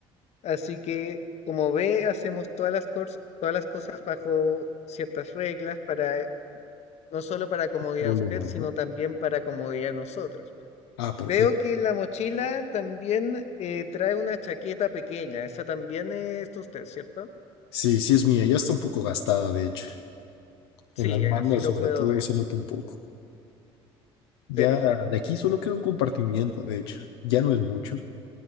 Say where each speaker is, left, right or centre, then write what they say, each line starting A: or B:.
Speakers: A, on the left; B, on the left.
A: así que como ve, hacemos todas las, cors- todas las cosas bajo ciertas reglas para no solo para comodidad
B: problema,
A: de usted, sino
B: ¿no?
A: también para comodidad de nosotros.
B: Ah, perfecto.
A: Veo que la mochila también eh, trae una chaqueta pequeña, esa también es de usted, ¿cierto?
B: Sí, sí es mía, ya está un poco gastada, de hecho.
A: Sí,
B: En las mangas,
A: así lo
B: sobre
A: puedo
B: todo,
A: ver.
B: se nota un poco. Ya
A: Perfecto.
B: de aquí solo queda un compartimiento, de hecho. Ya no es mucho.